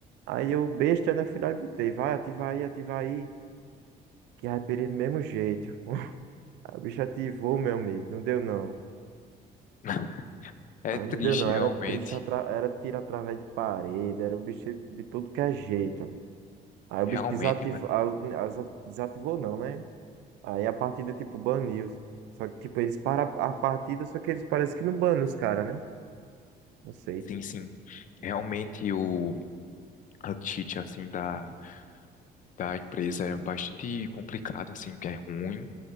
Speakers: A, on the right; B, on the left.
A: Aí eu, besta, né, fui lá e botei, vai, ativa aí, ativa aí. Que aí, perdi do mesmo jeito. <laughs> A bicha ativou, meu amigo, não deu não.
B: <laughs> é
A: Aí
B: triste,
A: não deu não,
B: realmente.
A: era triste, atra- era tiro através de parede, era o bicho de tudo que é jeito. Aí o
B: Realmente,
A: bicho desativou,
B: mano.
A: aí o- aí desa- desativou não, né? Aí a partida, tipo, baniu. Só que, tipo, eles param a a partida, só que eles parecem que não banam os caras, né? Não sei.
B: Sim, sim. Realmente o a cheat, assim, da, da empresa é bastante complicada, assim, porque é ruim.